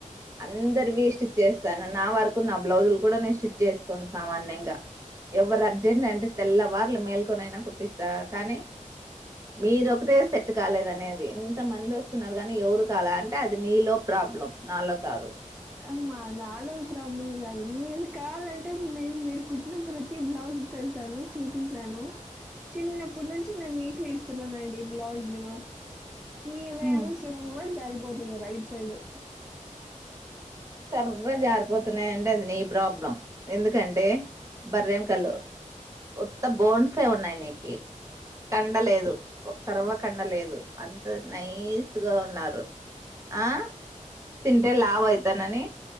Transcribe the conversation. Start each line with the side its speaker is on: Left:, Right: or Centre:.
Right: అందరివి స్టిచ్ చేస్తాను నా వరకు నా బ్లౌజులు కూడా నేను స్టిచ్ చేసుకుంటా అనివిగా ఎవరు అర్జెంట్ అంటే తెల్లవార్లు మేల్కొనైనా కుట్టిస్తా కానీ మీరొ ఒకటే సెట్ కాలేద అనేది ఇంత మంది వస్తున్నారు కానీ ఎవరు కవాలా అంటే అది నీలో ప్ర ప్రాబ్లం నాలో కాదు
Centre: అమ్మా నాాలో ప్రాబ్లం కాదు నువ్్వవు ఇది కావాలంటే నేను మీరు కుట్టిన ప్రతి బ్లౌజ్ త రండి చూపిస్తాను చిన్నప్పుటి నుంచీ నేను మీకే ఇస్తున్నానండి బ్లౌజ్లూ. మీదేమో
Right: హ్మ్.
Centre: సుర్ర్ అని జారిపోతుంది రైట్ సైడు
Right: సర్ర్ అని జారిపోతున్నాయంటే అది నీ ప్రాబ్లం ఎందుకంటే. బర్రెం ఎముకలు ఉత్త బోన్సే ఉన్నాయి నీకీ కండ లేదు ఒక్కరవ్వ కండ లేదు అంత నైస్ గా ఉన్నారు. ఆ తింటే లావు అయితననీ.